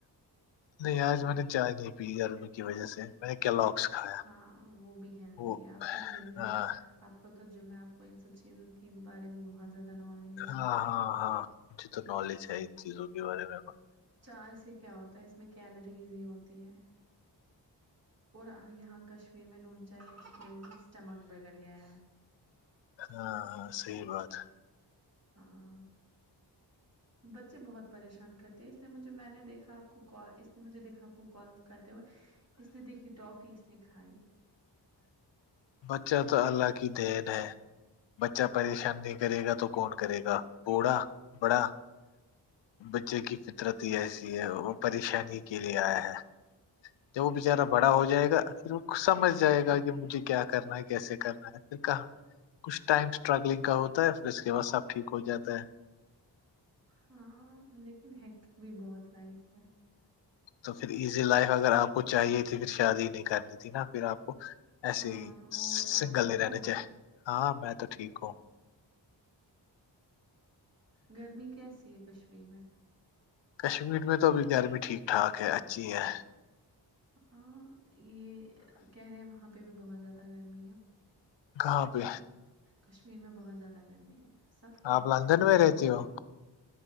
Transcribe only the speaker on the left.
نہیں آج میں نے چائے نہیں پی کی وجہ سے میں نے کیلاکس
کھایا
وہ
ہاں
ہاں
ہاں ہاں مجھے تو نالج ہے ان چیزوں کے بارے میں
ہاں ہاں صحی بات
بچہ تو اللہ کی دین ہے بچہ پریشان نہیں کرے گا تو کون کرے گا بوڑا بڑا بچے کی فطرت ہی ایسی ہے وہ پریشانی کے لیے آئے ہیں تو وہ بچارا بڑا ہو جائے گا پھر وہ سمج جائے گا کہ مجھے کیا کرنا ہے کیسے کرنا ہے کہاں کچھ ٹائم اسٹرگلنگ کا ہوتا ہے پھر اس کے بعد سب ٹھیک ہو جاتا ہے
تو پھر ایزی لائف اگر آپ کو چاہیے تھی پھر شادی نہیں کرنی تھی نا پھر آپ کو ایسے
ہی
سنگل
نہیں رہنے
چاہ ہاں میں تو ٹھیک ہوں
کشمیر میں تو ابھی گرمی ٹھیک ٹھاک ہے اچھی ہے
کہاں پہ
آپ لندن
میں رہتی ہو